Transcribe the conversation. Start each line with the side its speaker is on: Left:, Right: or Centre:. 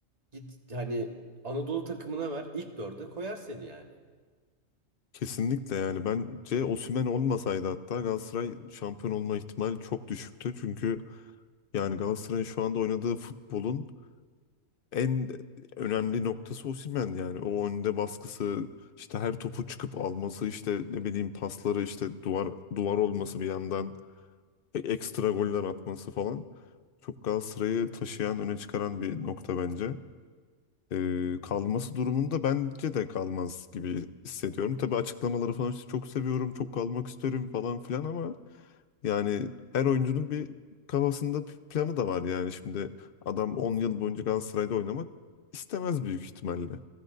Right: git hani Anadolu takımına ver ilk dörde koyar seni yani.
Left: Kesinlikle yani bence Osimhen olmasaydı hatta Galatasaray şampiyon olma ihtimali çok düşüktü. Çünkü Yani Galatasaray'ın şu anda oynadığı futbolun en önemli noktası Osimhen yani. O önde baskısı, işte her topu çıkıp alması, işte ne bileyim pasları, işte duvar duvar olması bir yandan, e- ekstra goller atması falan. Çok Galatasaray'ı taşıyan, öne çıkaran bir nokta bence. Ee, kalması durumunda bence de kalmaz gibi hissediyorum. Tabii açıklamaları falan işte çok seviyorum, çok kalmak isterim falan filan ama yani her oyuncunun bir kafasında bir planı da var yani. Şimdi adam 10 yıl boyunca Galatasaray'da oynamak istemez büyük ihtimalle.